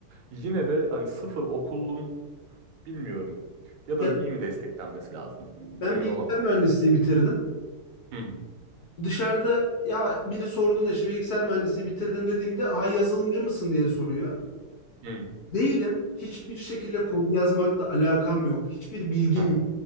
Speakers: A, on the right; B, on the left.
A: yine de hani sıfır okulun bilmiyorum ya da
B: Ya
A: iyi mi desteklenmesi lazım
B: ben
A: emin
B: bilgisayar
A: olamadım.
B: mühendisliği bitirdim.
A: Hı hı,
B: Dışarıda ya biri sorduğunda işte bilgisayar mühendisliği bitirdim dediğimde ha yazılımcı mısın diye soruyor.
A: hı,
B: Değilim. Hiçbir şekilde kod yazmakla alakam yok. Hiçbir bilgim
A: hı hı,